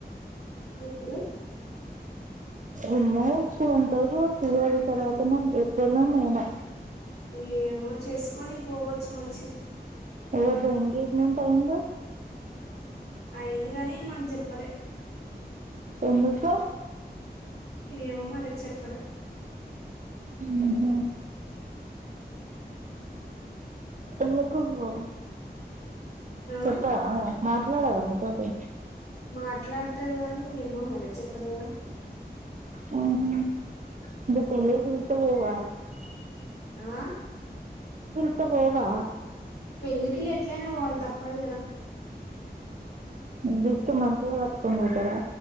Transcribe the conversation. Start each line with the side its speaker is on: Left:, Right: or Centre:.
Left: ఎప్పుడు
Right: ఎన్నో ఉంటారు చ అది తర్వాత మ ఏప్రిల్ నా మే నా
Left: ఏమో చేసుకొని పోవచ్చుగ మంచిగా
Right: ఆహా ఎంగేజ్మెంట్ అయ్యిందో
Left: అయ్యింది గాని మాకు జెప్పలే
Right: ఎందుకు
Left: ఏమో మరి చెప్పలే
Right: అహ ఎందుకు ఉందో
Left: ఆ
Right: చెప్పడా మాట్లాడదా నీతోటి
Left: మాట్లాడతాది గాని ఏమో మరి చెప్పలేదా
Right: <inaudible>
Left: ఆ
Right: త వేవా
Left: పెళ్ళికి ఎట్లయినా పోవాలి తప్పదు కదా
Right: <inaudible> పట్టుకొని పోతారా